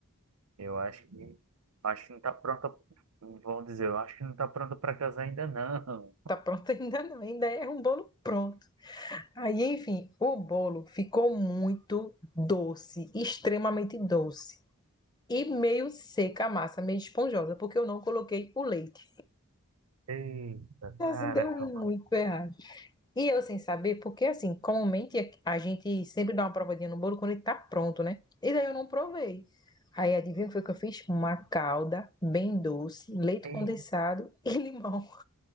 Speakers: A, on the right (about 85°); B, on the left (about 20°).
A: Eu acho que acho que não tá pronta, vão dizer, eu acho que não tá pronta para casar ainda não.
B: Tá pronto ainda não, ainda erra um bolo pronto. Aí, enfim, o bolo ficou muito doce, extremamente doce. E meio seca a massa, meio esponjosa, porque eu não coloquei o leite.
A: Eita,
B: Nossa,
A: caramba.
B: deu muito errado. E eu sem saber, porque assim, comumente a a gente sempre dá uma provadinha no bolo quando ele tá pronto, né? E daí eu não provei. Aí adivinha o que foi que eu fiz? Uma calda bem doce, leite
A: E
B: condensado e limão.